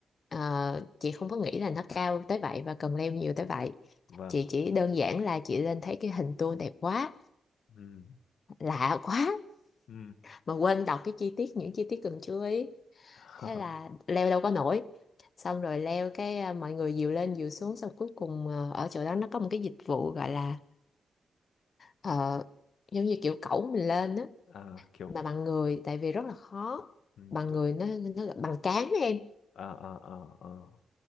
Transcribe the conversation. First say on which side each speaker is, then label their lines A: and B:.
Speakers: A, on the left; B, on the left.
A: ờ, chị không có nghĩ là nó cao tới vậy và cần leo nhiều tới vậy
B: vâng
A: chị chỉ đơn giản là chị lên thấy cái hình tour đẹp quá
B: ừ
A: lạ quá
B: ừ
A: mà quên đọc cái chi tiết những chi tiết cần chú ý
B: <laughs>
A: thế là leo đâu có nổi xong rồi leo cái à, mọi người dìu lên dìu xuống xong cuối cùng ờ, ở chỗ đó nó có một cái dịch vụ gọi là ờ, giống như kiểu cẩu mình lên á
B: à, kiểu
A: mà bằng người tại vì rất là khó
B: ừ,
A: bằng
B: tu-
A: người nó nó bằng cán á em
B: à, à, à, à.